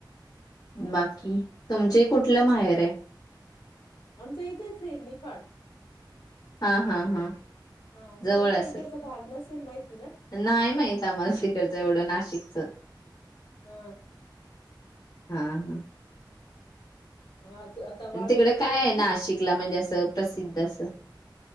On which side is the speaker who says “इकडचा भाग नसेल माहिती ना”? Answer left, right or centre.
Left